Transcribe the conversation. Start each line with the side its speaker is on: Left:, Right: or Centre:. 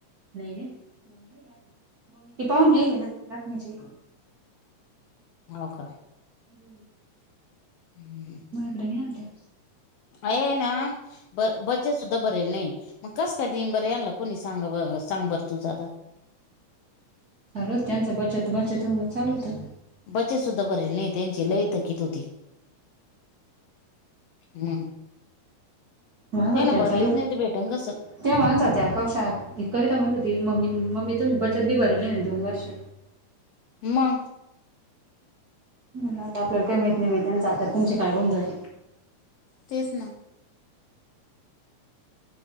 Right: नाही नाही ते पाहून गेले ना नाचणीचे
Left: हो काय.
Right: <inaudible>
Left: <unintelligible>
Right: मायाकडे नाही आणल्या.
Left: आहे ना? ब बचत सुद्धा भरेल नाही मग कस काय दिन बर यानला कोणी सांग सांग बर तूच आता.
Right: रोज त्याचं बचत बचत म्हणून चालू होत.
Left: बचत सुद्धा भरलेली नाही त्यांची लय थकीत होती. हम्.
Right: म्हणत होत्या
Left: हो ना भरलीच
Right: चालू
Left: नाही तर भेटन कसं.
Right: त्या म्हणत होत्या कशात ही कविता म्हणत होती मम्मी मम्मी तुम्ही बचत बी भरली नाही दोन वर्ष.
Left: मंग.
Right: म्हणल आता आपल्याला काही माहित नाही बाई त्यांच्या आता तुमचे काय गोंधळ
Left: तेच ना.